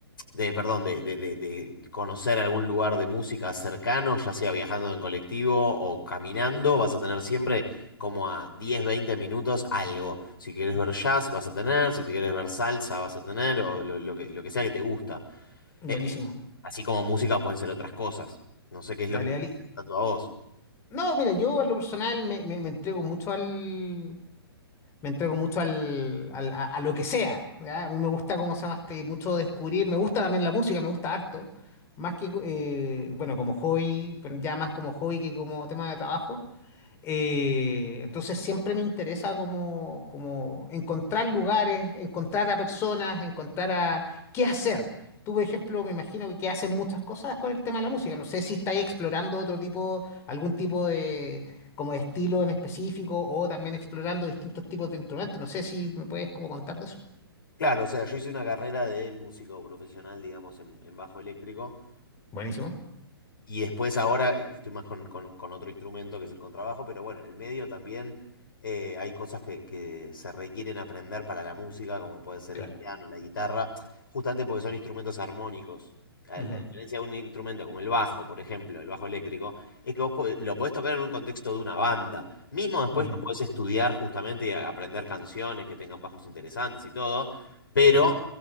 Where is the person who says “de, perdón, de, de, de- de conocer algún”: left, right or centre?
Left